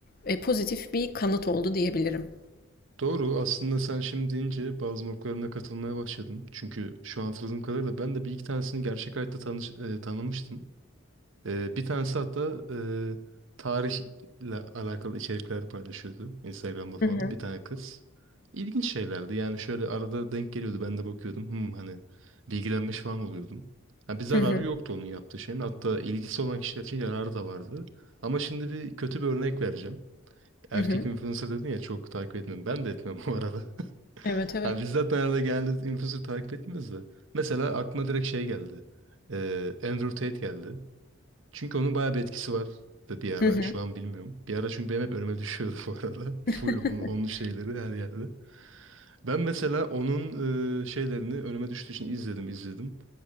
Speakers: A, on the left (about 45°); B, on the right (about 65°).
A: eee, pozitif bir kanıt oldu diyebilirim.
B: Doğru. Aslında sen şimdi deyince bazı noktalarına katılmaya başladım. Çünkü şu an hatırladığım kadarıyla ben de bir iki tanesini gerçek hayatta tanış, e, tanımıştım. Ee, bir tanesi hatta e, tarihle alakalı içerikler paylaşıyordu Instagram'da falan
A: Hı hı.
B: bir tane kız. İlginç şeylerdi yani şöyle arada denk geliyordu ben de bakıyordum hmm, hani bilgilenmiş falan oluyordum. Ha, bir zararı
A: Hı hı.
B: yoktu onun yaptığı şeyin hatta ilgisi olan kişiler için yararı da vardı. Ama şimdi bir kötü bir örnek vereceğim. Erkek
A: Hı hı.
B: influencer dedin ya çok takip etmiyorum. Ben de etmiyorum bu arada. <laughs>
A: Evet, evet.
B: Ha, biz zaten arada genelde influencer takip etmiyoruz da. Mesela aklıma direkt şey geldi. Ee, Andrew Tate geldi. Çünkü onun bayağı bir etkisi var da bir ara.
A: Hı hı.
B: Şu an bilmiyorum. Bir ara çünkü benim hep önüme düşüyordu bu arada. <laughs> Full
A: <laughs>
B: onun, onun şeyleri her yerde. Ben mesela onun e, şeylerini önüme düştüğü için izledim izledim.